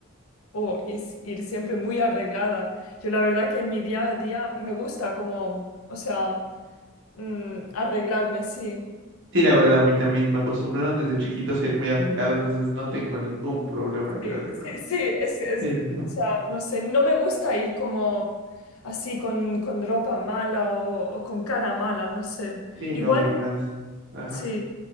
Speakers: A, on the left (about 80°); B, on the right (about 60°).
A: O is- ir siempre muy arreglada. Yo la verdad que en mi día a día me gusta como, o sea, mm, arreglarme, sí.
B: Sí, la verdad, a mí también me acostumbraron desde chiquitos a ir muy arreglado, entonces no tengo ningún problema en
A: Sí,
B: ir arreglado.
A: sí, sí, es, es,
B: Sí, no.
A: o sea, no sé, no me gusta ir como así con, con ropa mala o, o con cara mala, no sé.
B: Sí,
A: Igual.
B: no, y más. Ajá.
A: Sí.